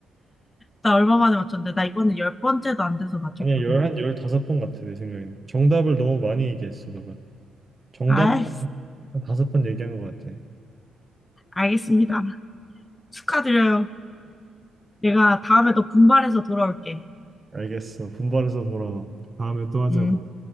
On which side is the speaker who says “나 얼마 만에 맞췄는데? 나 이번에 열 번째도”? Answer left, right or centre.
Left